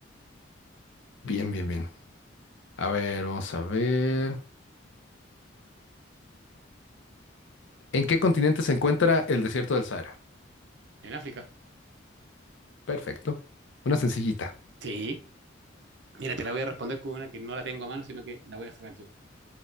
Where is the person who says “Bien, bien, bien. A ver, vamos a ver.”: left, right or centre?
Left